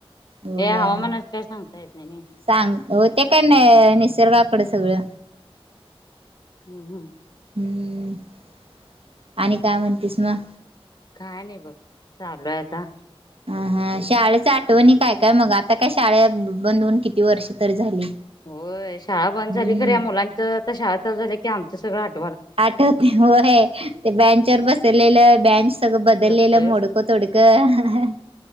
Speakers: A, on the right (about 70°); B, on the left (about 45°).
A: होय
B: हवामानात काय सांगता येत नाही नाय.
A: सांग होते, काय ना निसर्गाकड सगळं.
B: हम्म हम्म!
A: <inaudible> आणि काय म्हणतीस मग
B: काय नाही? बघ चालूय आता.
A: ह हा शाळेचं आठवणी काय काय मग? आता काय शाळा बंद होऊन, किती वर्ष तर झाली.
B: होय, शाळा
A: हम्म
B: बंद झाली खर या मुलांच आता शाळा चालू झाल्या, की आमचं सगळं आठ
A: आठवते होय ते बँच वर बसलेलं बँच सगळं बदललेलं
B: सगळे
A: मोडक
B: सग
A: तोड <unintelligible>